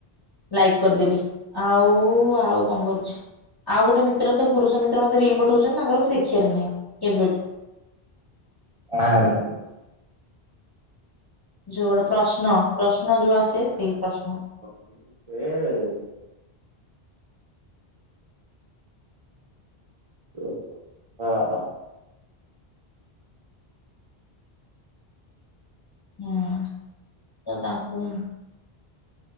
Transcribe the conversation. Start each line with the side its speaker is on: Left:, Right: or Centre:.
Left: ଲାଇକ୍ କରିଦେଲି ଆଉ ଆଉ କଣ କରୁଛି? ଆଉ ଗୋଟେ ମିତ୍ର ତ ପୁରୁଷ ମିତ୍ର ମତେ ରିଲ ପଠଉଚନ୍ତି। ତାଙ୍କର ମୁଁ ଦେଖିବାର ନାଇଁ କେବେଠୁ।
Right: କାହାର?
Left: ଯୋଉ ଗୋଟେ ପ୍ରଶ୍ନ ପ୍ରଶ୍ନ ଯୋଉ ଆସେ ସେଇ ପ୍ରଶ୍ନ।
Right: ଅ ସେ ଆଉ ଉ ହଁ ହଁ।
Left: ହୁଁ ତ ତାଙ୍କୁ